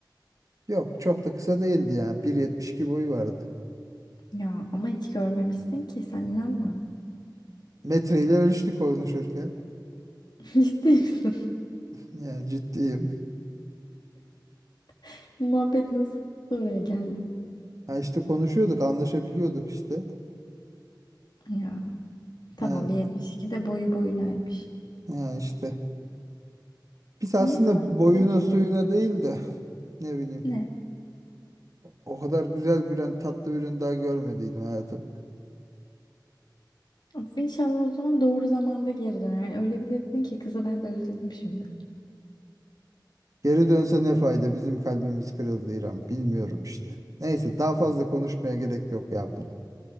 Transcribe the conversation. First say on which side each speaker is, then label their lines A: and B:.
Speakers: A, on the right; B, on the left.
A: Yok çok da kısa değildi yani. 1.72 boyu vardı.
B: Ya ama hiç görmemişsin ki sen inanma.
A: Metreyle ölçtük konuşurken.
B: <laughs> Ciddi misin?
A: Yani ciddiyim.
B: <laughs> Muhabbet nasıl oraya geldi?
A: Ha işte konuşuyorduk, anlaşabiliyorduk işte.
B: Ya tamam
A: Yani,
B: bir 72 de boyu boyunaymış.
A: yani işte. Biz aslında
B: Neyse bak
A: boyuna
B: dediğim gibi.
A: suyuna değil de ne bileyim.
B: Ne?
A: O kadar güzel bir tatlı bir ürün daha görmediydim hayatım.
B: Of, İnşallah o zaman doğru zamanda geri döner. Yani Öyle bir dedin ki kızı ben de özledim şimdi.
A: Geri dönse ne fayda? Bizim kalbimiz kırıldı İrem. Bilmiyorum işte. Neyse daha fazla konuşmaya gerek yok ya buna.